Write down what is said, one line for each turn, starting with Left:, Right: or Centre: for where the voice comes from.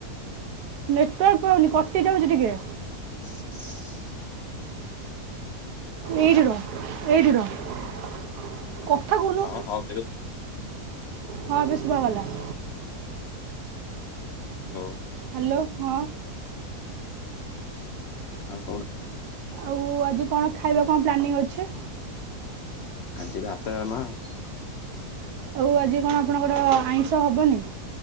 Right: ନେଟୱାର୍କ ପାଉନି କଟି ଯାଉଛି ଟିକେ।
Left: <inaudible>
Right: ଏଇଠି ର ଏଇଠି ର କଥା କହୁନୁ
Left: ହଁ ହଉ ଏବେ
Right: ହଁ ଏବେ ଶୁଭାଗଲା। <inaudible>
Left: ହଉ
Right: ହାଲୋ ହଁ।
Left: ଆଉ କଣ?
Right: ଆଉ ଆଜି କଣ ଖାଇବା କଣ ପ୍ଲାନିଂ ଅଛି?
Left: ଆଜି ଭାତ, ଡାଲମା ଆଉ।
Right: ଆଉ ଆଜି କଣ ଆପଣଙ୍କର ଆଇଁଷ ହବନି?